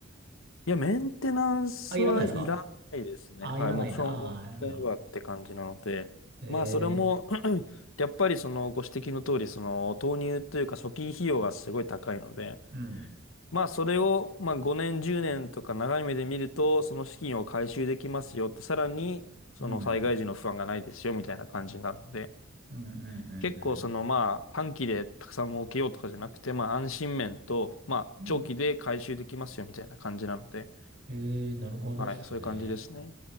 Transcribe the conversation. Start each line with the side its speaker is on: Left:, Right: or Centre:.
Left: いや、メンテナンスはいらないですね。
Right: あ、いらないですかああ、
Left: はい、
Right: いらないんだ。
Left: もう基本終わっちゃえばって感じなので、
Right: ああ、なるほど。え
Left: まあ、それも <clears throat> やっぱりそのご指摘の通り、その投入というか初期費用がすごい高いので、
Right: ー、うん、
Left: まあ、それを、まあ、5年、10年とか長い目で見ると、その資金を回収できますよって、さらに、その災害時の不安がないですよ、
Right: うん、
Left: みたいな感じになるので、
Right: うん、うん、うん、
Left: 結構、
Right: うん。
Left: その、まあ、短期でたくさん儲けようとかじゃなくて、まあ、安心面と、まあ、
Right: うん
Left: 長期で回収できますよ、みたいな感じなので、
Right: えー、なるほどっすね。
Left: はい、そういう感じですね。